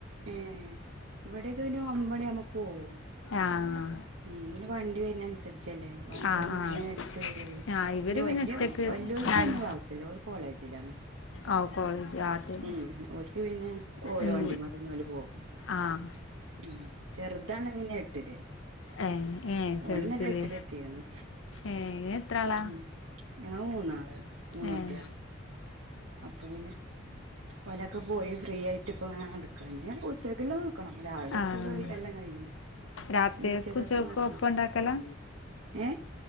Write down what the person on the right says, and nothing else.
ഏ ഇവിടെക്കെ പിന്നെ ഒൻപത്മണി ആവുമ്പോ പോവും
ഉം പിന്നെ വണ്ടി വരുന്നനുസരിച്ചല്ലേ വണ്ടി
ഇന്ന
നേരത്തെ വരുള്ളൂ
പിന്നെ വല്യ
വല്യോൾക്ക്
പിന്നെ ക്ലാസ്സില്ല ഓള് കോളേജിലാണ്
ഉം ഓൽക്ക് പിന്നെ ഓല്വണ്ടിമ്മതന്നെ
ഓല് പോകും
ഉം ചെറതാണ് പിന്നെട്ടില്
ഓന്നത് എട്ടിലെത്തീക്കണ്
ഉം ഞങ്ങള് മൂന്നാള് മൂന്നുട്ടിയെള്
അപ്പൊ പിന്നെ ഓലൊക്കെ പോയി ഫ്രീആയിട്ട് ഇപ്പ ഇങ്ങനെ നടക്കാണ് ഉച്ചക്ക്ള്ളത് നോക്കണം രാവിലെ
ഫുള്ള് എല്ലാംകഴിഞ്ഞ്
ഇനി ഉച്ചക്കത്തെ
നോക്കണം
ഏ